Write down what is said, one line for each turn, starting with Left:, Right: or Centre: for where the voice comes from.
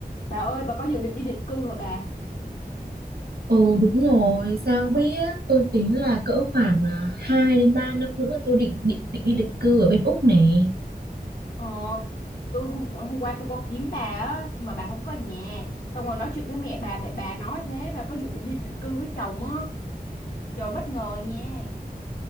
Left: Bà ơi, bà có dự định đi định cư hả bà?
Right: Ừ đúng rồi, sao biết tôi tính là cỡ khoảng à, 2 đến 3 năm nữa là tôi định định định đi định cư ở bên Úc này.
Left: Ờ, tôi hôm hôm qua tôi có kiếm bà á mà bà không có nhà. Xong rồi nói chuyện với mẹ bà, mẹ bà nói thế bà có dự định đi định cư với chồng á. Trời bất ngờ nha.